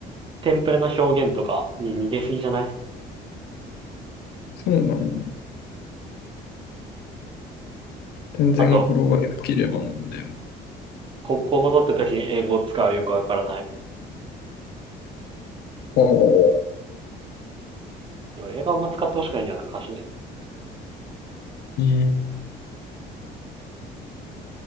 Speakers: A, on the right; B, on the left.
A: テンプレな表現とかに逃げすぎじゃない
B: そうなの。全然語呂が良ければなんでも。
A: あと、こ、ここぞって時に英語を使うよくわからない。い
B: おお。
A: や俺、映画あんま使ってほしくないんだよな、歌詞で。
B: え